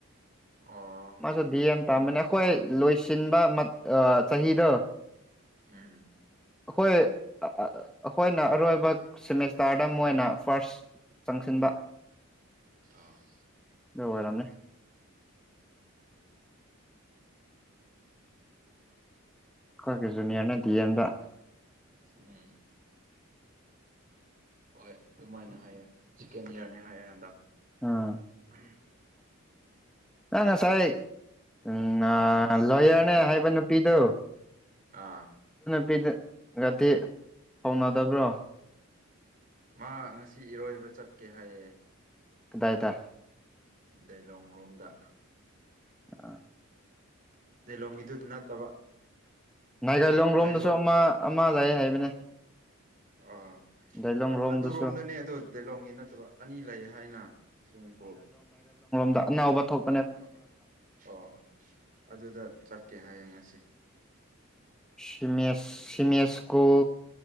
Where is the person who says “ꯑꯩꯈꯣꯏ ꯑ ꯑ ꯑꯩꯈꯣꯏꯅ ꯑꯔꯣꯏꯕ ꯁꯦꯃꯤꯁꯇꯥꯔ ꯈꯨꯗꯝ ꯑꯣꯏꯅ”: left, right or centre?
Centre